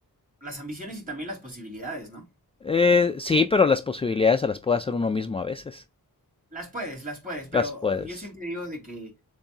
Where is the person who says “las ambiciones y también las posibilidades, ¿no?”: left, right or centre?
Right